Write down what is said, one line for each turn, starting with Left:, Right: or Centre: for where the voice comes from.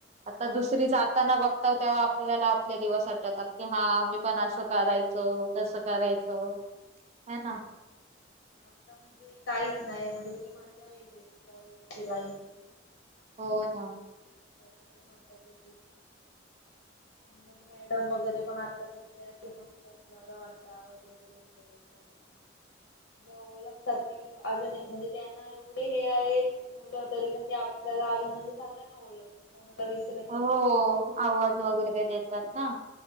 Right: आता
Left: तेच
Right: दुसरी
Left: ना
Right: जाताना बघताव. तेव्हा आपल्याला आपले दिवस आटवतात. की हा आम्ही पण असं करायचो. तसं करायचो. ह ना
Left: हो आता म्हणजे. काहीच नाही म्हणजे. ती मजा वेगळीच कॉलेज ची लाईफ.
Right: हो ना.
Left: भरपूरी मज्जा केली. आणि मग मॅडम वगैरे पण आता दिसल्या की मस्त बर वाटतं. आवाज वगैरे मध्ये हा. त्या ओळखतात. अजून म्हणजे त्यांना एवढे हे आहेत मुलं तरी पण ते आपल्या अजून म्हणजे सगळ्यां ना ओळखतात. कोणाला विसरत नाही.
Right: हो आवाज वगैरे देतात ना.